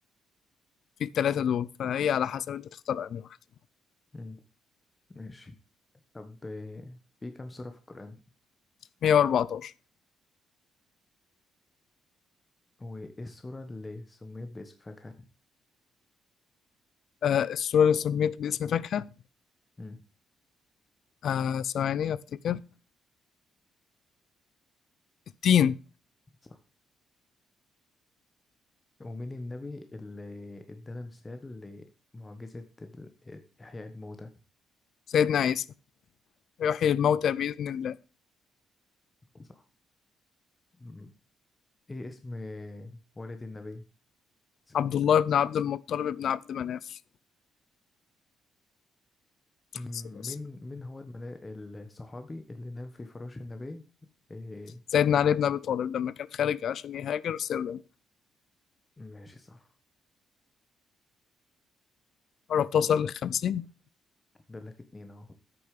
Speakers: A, on the left; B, on the left.
A: في الثلاثة دول فهي على حسب أنت تختار أنهي واحدة
B: مم. ماشي طب إيه، في كم سورة في القرآن
A: 114
B: وإيه السورة اللي سميت باسم فاكهة؟
A: آه السورة اللي سميت باسم فاكهة
B: مم.
A: آه ثواني أفتكر التين
B: صح ومين النبي اللي ادانا مثال لمعجزة ال- إحياء الموتى؟
A: سيدنا عيسى يحيي الموتى بإذن الله
B: صح مم. إيه اسم والد النبي؟ صلى الله
A: عبد
B: عليه وسلم.
A: الله بن عبد المطلب بن عبد مناف
B: مم.
A: صلى الله عليه وسلم.
B: مين مين هو المنا... الصحابي اللي نام في فراش النبي؟ إيه
A: سيدنا علي بن أبي طالب لما كان خارج عشان يهاجر سرا
B: ماشي صح
A: قرب توصل
B: طب إيه؟
A: للخمسين
B: فاضل لك اتنين أهو